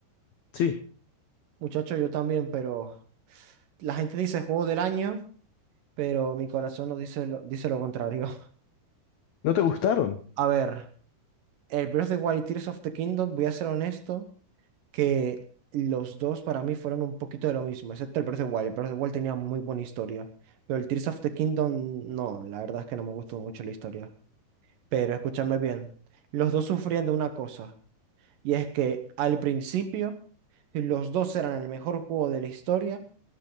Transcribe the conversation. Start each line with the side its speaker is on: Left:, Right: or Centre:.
Left: Sí,
Right: Muchacho, yo también, pero la gente dice juego del año, pero mi corazón no dice lo, dice lo contrario.
Left: ¿no te
Right: Hostia.
Left: gustaron?
Right: A ver, el Breath of the Wild y Tears of the Kingdom, voy a ser honesto, que los dos para mí fueron un poquito de lo mismo, excepto el Breath of the Wild. El Breath of the Wild tenía muy buena historia, pero el Tears of the Kingdom, no, la verdad es que no me gustó mucho la historia. Pero escúchame bien, los dos sufrían de una cosa, y es que al principio los dos eran el mejor juego de la historia,